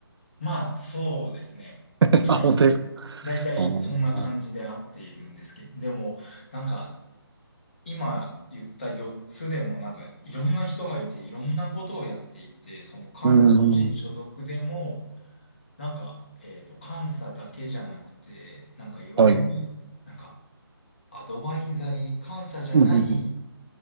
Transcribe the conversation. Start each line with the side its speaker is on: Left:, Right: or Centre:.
Left: まあ、そうですね。
Right: <laughs> あ、
Left: はい。
Right: 本当ですか。
Left: 大体、
Right: あー
Left: そんな感じで合っているんですけど、でも、なんか、今言った4つでも、なんか、いろんな人がいて、いろんなことをやっていて、その監査法人所属でも、
Right: うん。
Left: なんか、えっと、監査だけじゃなくて、なんか、いわゆる、
Right: はい。
Left: なんか、アドバイザリー、監査じゃない
Right: うんうんうん